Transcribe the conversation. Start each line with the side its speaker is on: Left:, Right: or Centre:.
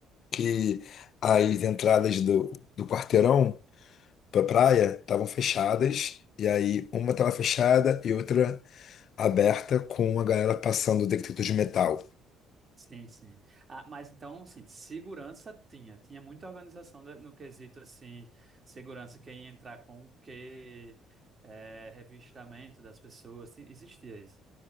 Left: que as entradas do, do quarteirão para praia estavam fechadas, e aí uma estava fechada e outra aberta com a galera passando detector de metal.
Right: Sim, sim. Ah, mas então, assim, segurança tinha. Tinha muita organização da- no quesito, assim, segurança, quem ia entrar com o quê, eh, revistamento das pessoas. ti- Existia isso.